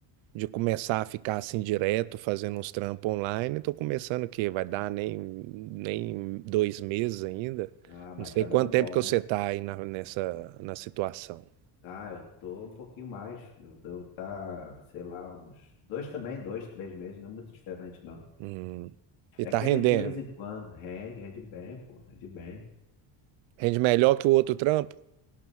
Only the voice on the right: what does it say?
de começar a ficar assim direto, fazendo uns trampos online. estou começando o quê? Vai dar nem, nem dois meses ainda.
Não sei
quanto
tempo que
você está aí na, nessa na situação.
Hum. E
tá
rendendo.
Rende melhor que o outro trampo?